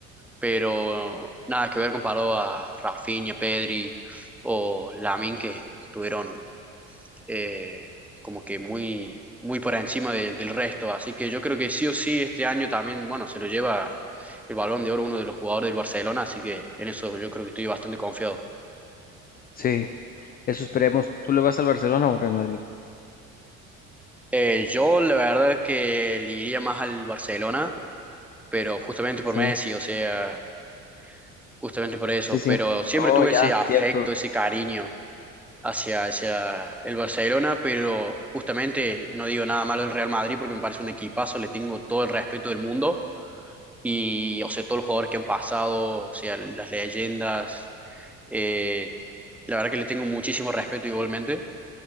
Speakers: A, in the centre; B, on the left.
A: pero nada que ver comparado a Rafinha, Pedri o Lamine que tuvieron eh, como que muy, muy por encima de- del resto. Así que yo creo que sí o sí este año también, bueno, se lo lleva el Balón de Oro uno de los jugadores del Barcelona, así que en eso yo creo que estoy bastante confiado.
B: Sí, eso esperemos. ¿Tú le vas al Barcelona o al Real Madrid?
A: Eh, yo la verdad es que le iría más al Barcelona, pero justamente por
B: Sí,
A: Messi, o sea, justamente por eso,
B: sí, sí.
A: pero siempre
B: Oh,
A: tuve
B: ya,
A: ese afecto,
B: cierto.
A: ese cariño hacia, hacia el Barcelona, pero justamente no digo nada malo del Real Madrid porque me parece un equipazo, le tengo todo el respeto del mundo, Y, o sea, todos los jugadores que han pasado, o sea, las leyendas. eh, la verdad que le tengo muchísimo respeto igualmente.